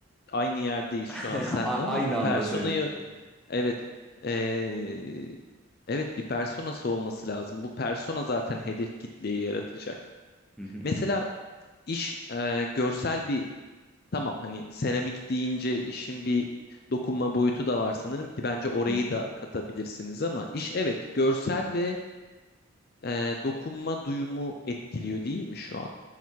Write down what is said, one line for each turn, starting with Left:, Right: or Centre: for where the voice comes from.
Left: aynı yerdeyiz
Centre: <laughs>
Left: şu an seninle
Centre: A-
Left: ama
Centre: aynı
Left: bu personayı
Centre: anda söyledim. bir de.
Left: Evet. Ee, evet bir personası olması lazım. Bu persona zaten hedef kitleyi yaratacak.
Centre: Hı hı,
Left: Mesela iş ee, görsel bir tamam hani seramik deyince işin bir dokunma boyutu da var sanırım ki bence orayı
Centre: hı hı.
Left: da katabilirsiniz ama iş evet görsel ve ee, dokunma duyumu etkiliyor değil mi şu an?